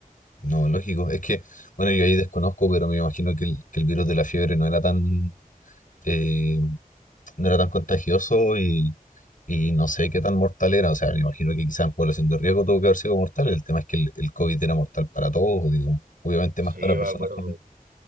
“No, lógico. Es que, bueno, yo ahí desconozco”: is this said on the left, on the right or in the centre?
Left